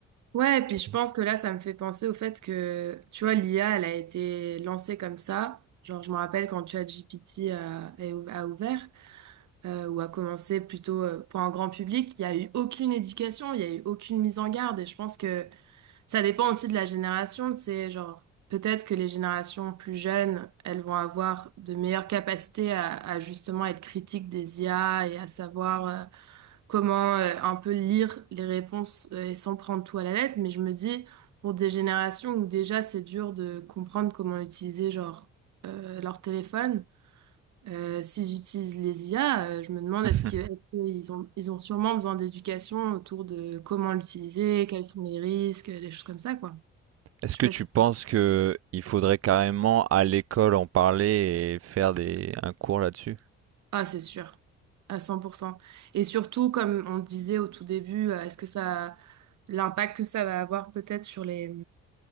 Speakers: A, on the right (about 70°); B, on the right (about 50°).
A: Ouais, et puis je
B: je
A: pense que là, ça me fait penser au fait que, tu vois, l'IA, elle a été lancée comme ça. Genre, je me rappelle quand ChatGPT a, est ou- a ouvert, euh, ou a commencé plutôt euh, pour un grand public, il n'y a eu aucune éducation, il n'y a eu aucune mise en garde. Et je pense que Ça dépend aussi de la génération, c'est genre peut-être que les générations plus jeunes, elles vont avoir de meilleures capacités à, à justement être critiques des IA et à savoir euh, comment euh, un peu lire les réponses euh, et sans prendre tout à la lettre. Mais je me dis, pour des générations où déjà c'est dur de comprendre comment utiliser genre euh, leur téléphone, euh, s'ils utilisent les IA, euh, je me demande
B: trouve.
A: est-ce qu'ils est-ce qu'ils ont, ils ont sûrement besoin d'éducation autour de comment l'utiliser, quels sont les risques, des choses comme ça, quoi.
B: Est-ce
A: Je
B: que
A: sais pas
B: tu
A: si...
B: penses que il faudrait carrément à l'école en parler et faire des un cours là-dessus?
A: Ah, c'est sûr, à 100%. Et surtout, comme on disait au tout début, euh, est-ce que ça, l'impact que ça va avoir peut-être sur les,